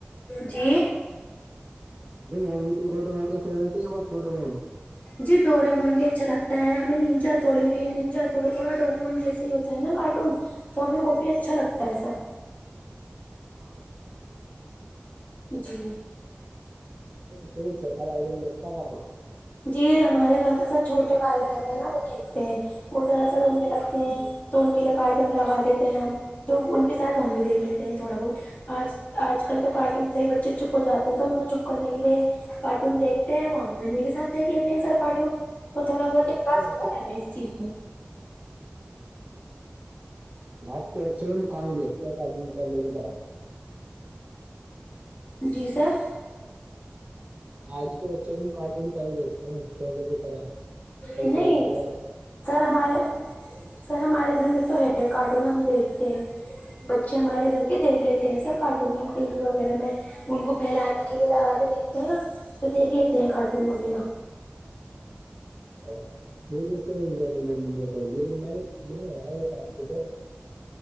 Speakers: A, on the left; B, on the right.
A: جی
B: دم اور بھی کوئی گھٹنا آپ کا فیوریٹ ہے بس تھوڑے مون
A: جی ڈورمون بھی اچھا لگتا ہے ہمیں ننجا تووڑے بھی ننجا توڑے تھوڑا ڈوریمون جیسے ہی ہوتا ہے نا کارٹون تو ہمیں وہ بھی اچھا لگتا ہے سر-
B: سال
A: جی
B: پ چوٹا ایک دم دیکتا گ توون-
A: جی ہمارے گھر میں سر چھوٹے بھائی بہن ہیں نا وہ دیکھتے ہیں- وہ ذرا سا رونے لگتے ہیں تو ان کے لیے کارٹون لگا دیتے ہیں ہم تو ان کے ساتھ ہم بھی دیکھ لیتے ہیں تھوڑا بہت آج آج کل تو کارٹون سے ہی بچے چپ ہو جاتے ہیں تو ان کو چپ کرنے کے لیے کارٹون دیکھتے ہیں وہ ہممی امی کے ساتھ دیکھ لیتے ہیں سر کارٹون تو تھوڑا بہت انٹرسٹ
B: آج کے
A: ہے ہمیں چیف میں
B: آپ کے اچ میں کام دیکھتا ہے کہ پہلے کی طرح
A: جی سر
B: آج کے بچے ہم ہم کارٹون کا ہی دیکھتے ہیں پلوں کی طرح تو
A: نہیں
B: بی کرر
A: سر ہمارے سر ہمارے گھر میں تو ہے کارٹون ہم دیکھتے ہیں بچے ہمارے گھر کے دیکھ لیتے ہیں سر کارٹون ہم ٹی وی وغیرہ میں ان کو پھیلانے کے لیے لگا کے دیکھتے ہیں نا تو دیکھ لیتے ہیں کارٹون وغیرہ
B: اچھا وہ دیکھتےور مگ ہے تھوڑی لیکن میں میم ہمارے حساب سے تو